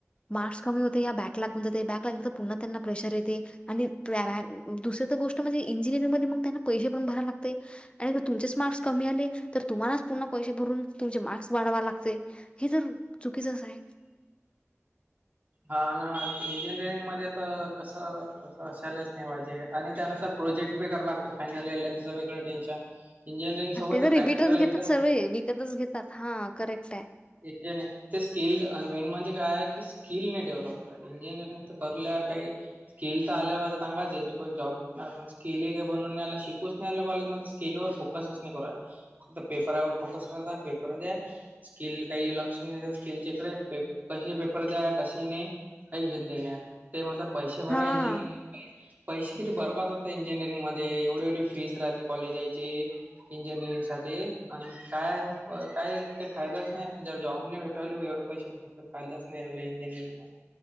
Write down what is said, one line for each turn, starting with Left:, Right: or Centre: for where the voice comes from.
Left: मार्क्स कमी होते या बॅक लागून जाते बॅक लागली तर पुन्हा त्यांना प्रेशर येते आणि त्या दुसर तर गोष्ट म्हणजे इंजिनिअरिंग मध्ये मग त्यांना पैसे पण भराय लागते आणि जर तुमचेच मार्क्स कमी आले तर तुम्हालाच पुन्हा पैसे भरून तुमचे मार्क्स वाढवा लागते हे जर चुकीचच हाय
Right: हा ना इंजिनिअरिंग मध्ये त कसं तस असायलाच नाही पाहिजे आणि त्यानंतर प्रोजेक्ट बी कराय लागत फायनल येला त्याचं वेगळं टेन्शन इंजिनिअरिंग
Left: आणि
Right: सोबत
Left: तेच
Right: ते
Left: रीबीटच
Right: प्रॅक्टिकल
Left: घेतात
Right: एक्झाम
Left: सर्व विकतच घेतात हा करेक्ट हाय
Right: घेतल नाही ते स्किल्ड अन् मेन म्हणजे काय आहे की किल नाही डेव्हलप कर इंजिनिअरिंग तर करुल्यावर काही स्किल तर आल्या पाहिजेत अंगात जेण करून जॉब काय पण स्किल येगे बनूनयला शिकूच नी राहिले कॉलेज मध्ये स्किल वर फोकसच नि करू राहिले फक्त पेपरावर फोकस करता पेपर द्या स्किल काही लक्षण नाही स्किलच्या इकडे कसे पेप पेपर द्या. असे नि कही घेन देण ते म्हणत पैसे भरा
Left: हा
Right: इंजीनियरिंग चे पैसे किती बर्बाद होते इंजिनिअरिंग मध्ये एवढी एवढी फीज राहते कॉलेजाची. इंजिनिअरिंग साठी आणि काय ब काय ते फायदाच नाही जर जॉब नाही भेटत. <unintelligible> ल व एववढा पैशाचा फक्त फायदाच नाही राहिला इंजिनिअरिंग ला.